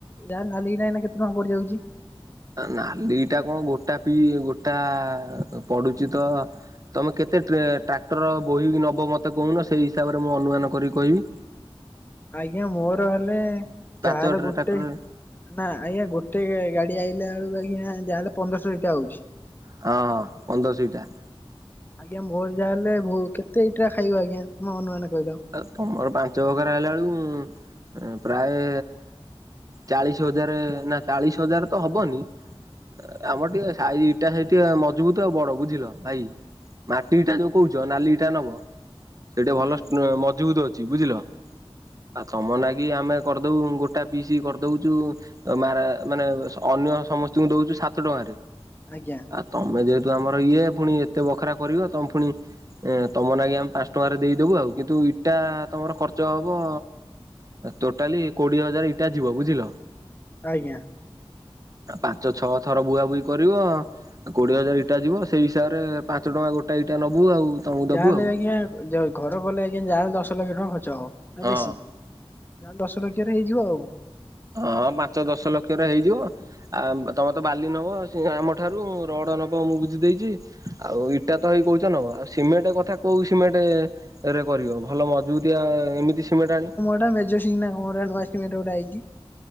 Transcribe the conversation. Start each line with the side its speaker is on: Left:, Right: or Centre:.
Left: ଯାହା ନାଲି ଇଟା ଏଇନା କେତେ ଟଙ୍କା ପଡିଯାଉଛି?
Right: ନାଲି ଇଟା କଣ ଗୋଟା ପି ଗୋଟା ପଡୁଛି ତ ତମେ କେତେ ଟ୍ରାକ୍ଟର ବୋହିକି ନବ ମୋତେ କହୁନ ସେଇ ହିସାବରେ ମୁଁ ଅନୁମାନ କରିକି କହିବି।
Left: ଆଜ୍ଞା ମୋର ହେଲେ
Right: ପାଞ୍ଚ
Left: ଜାହା ହେଲେ ଗୋଟେ।
Right: ଟ୍ରାକ୍ଟରରେ
Left: ନା ଆଜ୍ଞା ଗୋଟେ ଗାଡି ଆଇଲା ବେଳକୁ ଆଜ୍ଞା ଯାହା ହେଲେ ପନ୍ଦରଶ ଇଟା ଆଉଚି।
Right: ହଁ ପନ୍ଦରଶ ଇଟା।
Left: ଆଜ୍ଞା ମୋର ଯାହା ହେଲେ କେତେ ଇଟା ଖାଇବ ଆଜ୍ଞା ମୋ ଅନୁମାନ କହିଲ।
Right: ଆଉ ତମର ପାଞ୍ଚ ବଖରା ହେଲା ବେଳ କୁ ପ୍ରାୟେ ଚାଳିଶ ହଜାରେ ନା ଚାଳିଶ ହଜାରେ ତ ହବନି। ଆମର ଟିକେ ସାଇଜି ଇଟା ସାଇଜି ଟିକେ ମଝିଭୁତୁ ଆଉ ବଡ ବୁଝିଲ ଭାଇ। ମାଟି ଇଟା ଯୋଉ କହୁଚି ନାଲି ଇଟା ନବ। ସେଇଟି ଭଲ
Left: ଆଜ୍ଞା
Right: ମଝିଭୁତ୍ ଅଛି ବୁଝିଲ ଆଉ ତମ ନାଗି
Left: ଆଜ୍ଞା।
Right: ଆମେ କରି ତୁଉ ଗୋଟା ପିସ୍ କରିଦୋଉଚୁ। ମାରା ମାନେ ଅନ୍ୟ ସମସ୍ତଙ୍କୁ ଦୋଉଚୁ ସାତ ଟଙ୍କାରେ।
Left: ଆଜ୍ଞା।
Right: ଆଉ ତମେ ଯେହେତୁ ଆମର ଇଏ ପୁଣି ଏତେ ବଖରା କରିବ ତମେ ପୁଣି। ତମ ନାଗି ଆମେ ପାଞ୍ଚ ଟଙ୍କାରେ ଦେଇଦବୁ ଆଉ କିନ୍ତୁ ଇଟା ତମର ଖର୍ଚ୍ଚ ହବ। ଟୋଟାଲି କୋଡିଏ ହଜାର ଇଟା ଯିବ ବୁଝିଲ।
Left: ଆଜ୍ଞା।
Right: ପାଞ୍ଚ ଛଅ ଥର ବୁହାବୁହି କରିବ। କୋଡିଏ ହଜାର ଇଟା ଯିବ ସେଇ ହିସାବରେ ପାଞ୍ଚ ଟଙ୍କା ଗୋଟା ଇଟା ନବୁ ଆଉ। ତମକୁ ଦବୁ
Left: ଯାହାହେଲେ
Right: ଆଉ।
Left: ଆଜ୍ଞା ଘର କଲେ ଆଜ୍ଞା ଯାହାହେଲେ ଦଶ ଲକ୍ଷ୍ୟ ଟଙ୍କା ଖର୍ଚ୍ଚ ହବ ନା
Right: ହଁ
Left: ବେଶୀ? ତା ହେଲେ ଦଶ ଲକ୍ଷ୍ୟ ରେ ହେଇଯିବ ଆଉ।
Right: ହଁ ପାଞ୍ଚ ଦଶ ଲକ୍ଷ ରେ ହେଇଯିବ। ଆ ତମେ ତ ବାଲି ନବ ଆମ ଠାରୁ ରଡ ନବ ମୁଁ ବୁଝିଦେଇଚି। ଆଉ ଇଟା ତ ହେଇ କହୁଚନବ ଆଉ ସିମେଣ୍ଟେ କଥା କୋଉ ସିମେଣ୍ଟେରେ କରିବ ଭଲ ମଝିଭୁତ୍ ତିଆ ଏମିତି ସିମେଣ୍ଟେ ଆଣିବ।
Left: ମେଜୋସିଙ୍ଗିନା କଣ ଗୋଟେ ନୂଆ ସିମେଣ୍ଟେ ଗୋଟେ ଆଇଚି?